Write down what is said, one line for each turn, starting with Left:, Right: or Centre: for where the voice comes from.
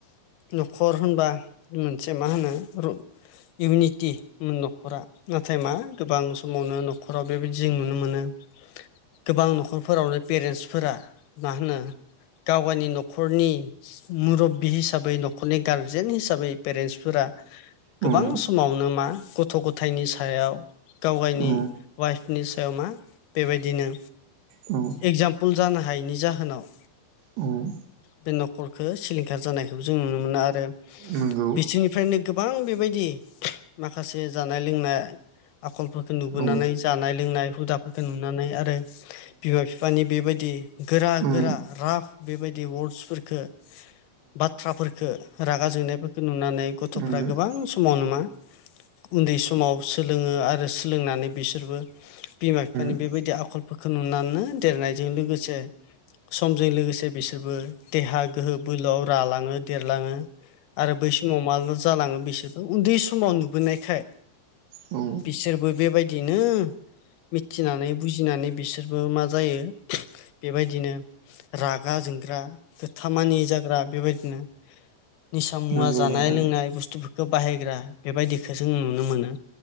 Left: न'खर होनबा मोनसे मा होनो रु इउनिटि <unintelligible> खरा नाथाय मा गोबां समावनो न'खराव बेबायदि जों नुनो मोनो गोबां न'खरफोरावनो पेरेन्टसफोरा मा होनो गावगायनि न' खरनि मुरबबि हिसाबै न'खरनि गारजेन हिसाबै पेरेन्टसफोरा गोबां
Right: औ
Left: समावनो मा गथ' गथायनि सायाव गावगायनि
Right: औ
Left: वाइफनि सायाव मा बेबायदिनो
Right: औ
Left: एगजामपोल जानो हायैनि जाहोनाव
Right: औ
Left: बे न'खरखो सिलिंखार जानायखौबो जों नुनो मोनो आरो
Right: नंगौ
Left: बिथिनि फ्रायनो गोबां बेबायदि माखासे जानाय लोंनाय आखलफोर खौ नुबोनानै
Right: औ
Left: जानाय लोंनाय हुदाफोरखो नुनानै आरो बिमा फिफानि बेबायदि गोरा-गोरा
Right: औ
Left: राफ बेबायदि वार्डस फोरखो बाथ्राफोर खो रागा जोंनायफोरखो नुनानै गथ'फ्रा
Right: औ नंगौ
Left: गोबां समाव नो मा उन्दै समाव सोलोङो आरो सोलोंनानै बिसोरबो बिमा फिफानि
Right: औ
Left: बेबायदि आखलफोरखौ नुनानो देरनायजों लोगोसे समजों लोगोसे बिसोरबो देहा गोहो बोलोआव रालाङो देरलाङो आरो बै समाव मा जालाङो बिसोरबो उन्दै समाव नुबोनायखाय
Right: औ
Left: सोरबो बेबायदिनो मिथिनानै बुजिनानै बिसोरबो मा जायो बेबायदिनो रागा जोंग्रा खोथा मानियि जाग्रा बेबायदिनो निसा
Right: औ नंगौ
Left: मुवा जानाय
Right: नोंथां
Left: लोंनाय बुस्थुफोरखो बाहायग्रा बेबायदिखो जों नुनो मोनो